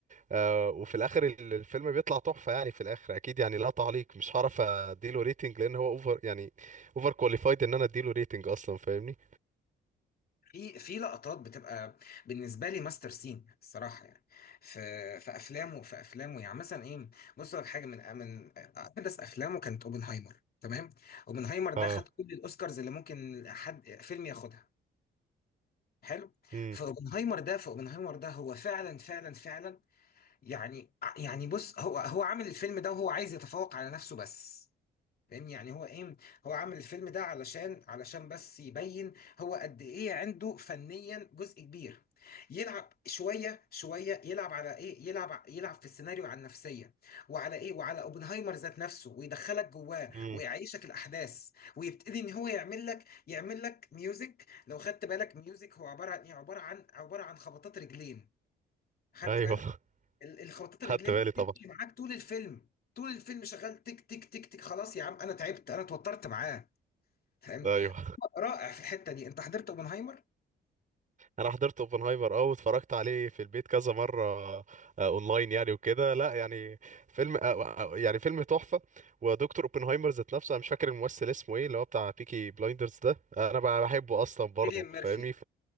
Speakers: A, on the right; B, on the left.
A: آه وفي الاخر ال- الفيلم بيطلع تحفه يعني في الاخر اكيد يعني لا تعليق مش هعرف اديله ريتنج لان هو اوفر يعني اوفر كواليفايد ان انا اديله ريتنج اصلا فاهمني
B: في في لقطات بتبقى بالنسبه لي ماستر سين الصراحه يعني في في افلامه في افلامه يعني مثلا ايه بص لك حاجه من من احدث افلامه كانت اوبنهايمر تمام اوبنهايمر ده
A: اه
B: خد كل الاوسكارز اللي ممكن حد فيلم ياخدها حلو
A: امم
B: فاوبنهايمر ده فاوبنهايمر ده هو فعلا فعلا فعلا يعني يعني بص هو هو عامل الفيلم ده وهو عايز يتفوق على نفسه بس فاهمني يعني هو ايه هو عامل الفيلم ده علشان علشان بس يبين هو قد ايه عنده فنيا جزء كبير يلعب شويه شويه يلعب على ايه يلعب ع- يلعب في السيناريو على النفسيه وعلى ايه وعلى اوبنهايمر ذات نفسه ويدخلك جواه
A: امم
B: ويعيشك الاحداث ويبتدي ان هو يعمل لك يعمل لك ميوزك لو خدت بالك ميوزك هو عباره عن ايه عباره عن عباره عن خبطات رجلين خدت
A: ايوه
B: بالك
A: <laughs>
B: ال- الخبطات الرجلين
A: خدت بالي
B: دي
A: طبعا
B: بتمشي معاك طول الفيلم طول الفيلم شغال تك تك تك تك خلاص يا عم انا تعبت انا اتوترت معاه فاهمني
A: ايوه
B: رائع في الحته دي انت حضرت اوبنهايمر
A: انا حضرت اوبنهايمر اه واتفرجت عليه في البيت كذا مره آه، اونلاين يعني وكده لا يعني فيلم آه، آه، آه، يعني فيلم تحفه ودكتور اوبنهايمر ذات نفسه انا مش فاكر الممثل اسمه ايه اللي هو بتاع بيكي بلايندرز ده انا بقى بحبه اصلا برضه
B: كيليان ميرفي
A: فاهمني